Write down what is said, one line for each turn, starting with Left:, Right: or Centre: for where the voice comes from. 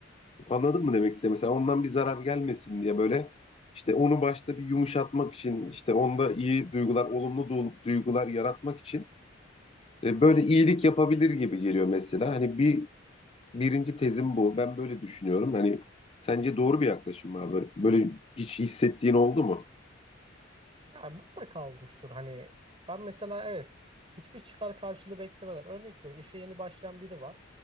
Left: anladın mı demek istedim? Mesela ondan bir zarar gelmesin diye böyle işte onu başta bir yumuşatmak için işte onda iyi duygular, olumlu du- duygular yaratmak için e, böyle iyilik yapabilir gibi geliyor mesela. Hani bir birinci tezim bu. Ben böyle düşünüyorum. Hani sence doğru bir yaklaşım mı abi? Böyle hiç hissettiğin oldu mu?
Right: Ya mutlaka olmuştur. Hani ben mesela evet hiçbir çıkar karşılığı beklemeden örnek veriyorum işe yeni başlayan biri var.